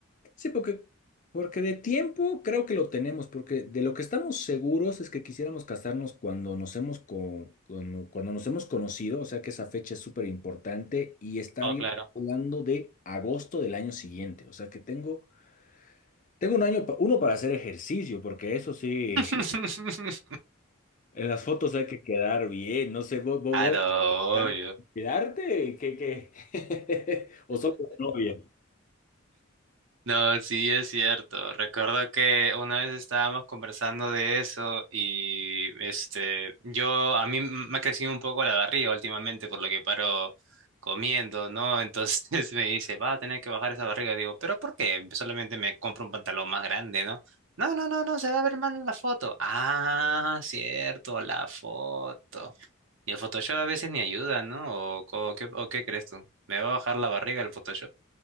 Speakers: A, on the left; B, on the right.
A: Sí, porque, porque de tiempo creo que lo tenemos, porque de lo que estamos seguros es que quisiéramos casarnos cuando nos hemos, co- cuando, cuando nos hemos conocido, o sea que esa fecha es súper importante y estaría
B: Oh, claro.
A: hablando de agosto del año siguiente, o sea que tengo, tengo un año, pa- uno para hacer ejercicio, porque eso sí,
B: <laughs>
A: en las fotos hay que quedar bien, no sé, vos,
B: Ah, no,
A: ¿Planeas
B: obvio.
A: cuidarte? ¿Qué, qué? <laughs> ¿O solo la novia?
B: No, sí es cierto. Recuerdo que una vez estábamos conversando de eso y este, yo a mí m- me ha crecido un poco la barriga últimamente por lo que paro comiendo, ¿no? Entonces <laughs> me dice, va a tener que bajar esa barriga. Digo, ¿pero por qué? Pues, Solamente me compro un pantalón más grande, ¿no? No, no, no, no, se va a ver mal en la foto. Ah, cierto, la foto. Y el Photoshop a veces ni ayuda, ¿no? ¿O, co- qué, o qué crees tú? ¿Me va a bajar la barriga el Photoshop?